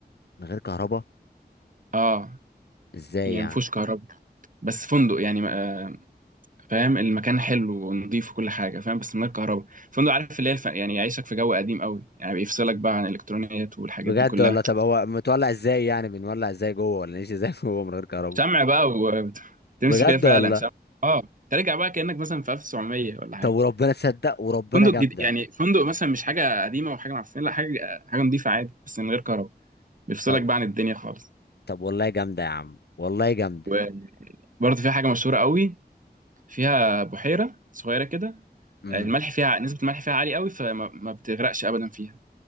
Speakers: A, on the left; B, on the right.
A: من غير كهرباء
B: اه
A: ازاي
B: يعني
A: يعني
B: مفهوش كهرباء بس فندق يعني آه فاهم المكان حلو ونضيف وكل حاجه فاهم بس من غير كهرباء فندق عارف اللي هي الف... يعني يعيشك في جو قديم قوي يعني بيفصلك بقى عن الالكترونيات والحاجات
A: بجد
B: دي كلها
A: والله طب هو متولع ازاي يعني بنولع ازاي جوه ولا نعيش ازاي <laughs> جوه من غير كهرباء
B: شمع بقى وتمشي
A: بجد
B: كده فعلا
A: والله
B: شمع اه ترجع بقى كانك مثلا في 1700 ولا حاجه
A: طب وربنا تصدق وربنا
B: فندق
A: جامده
B: جديد يعني فندق مثلا مش حاجه قديمه وحاجه معفنه لا حاجه حاجه نضيفه عادي بس من غير كهرباء بيفصلك
A: طب
B: بقى عن الدنيا خالص
A: طب والله جامده يا عم والله جامده
B: وبرضه في حاجه مشهوره قوي فيها بحيره صغيره كده
A: امم
B: الملح فيها نسبه الملح فيها عاليه قوي فما ما بتغرقش ابدا فيها